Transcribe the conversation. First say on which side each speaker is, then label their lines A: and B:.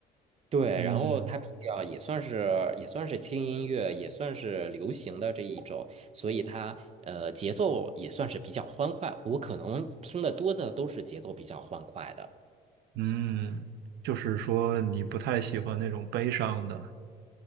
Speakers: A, on the right; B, on the right.
A: 对，
B: 嗯
A: 然后它比较也算是也算是轻音乐，也算是流行的这一种，所以它呃节奏也算是比较欢快。我可能听得多的都是节奏比较欢快的。
B: 嗯，就是说你不太喜欢那种悲伤的，